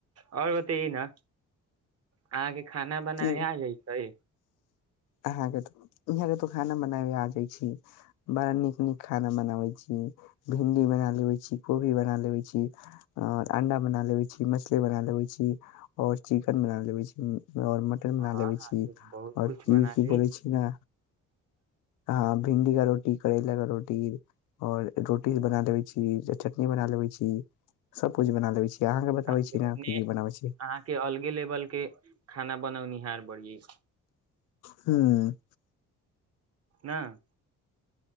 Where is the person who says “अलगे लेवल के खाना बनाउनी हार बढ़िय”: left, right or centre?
Right